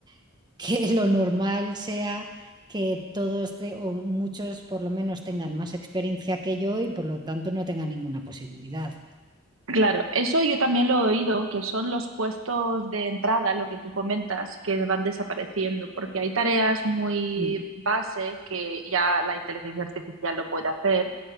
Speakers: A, on the right; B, on the right.
A: <laughs> que lo normal sea que todos te, o muchos por lo menos tengan más experiencia que yo y por lo tanto no tengan ninguna posibilidad.
B: Claro, eso yo también lo he oído, que son los puestos de entrada, lo que tú comentas, que van desapareciendo, porque hay tareas muy
A: Mm,
B: base que ya la inteligencia artificial lo puede hacer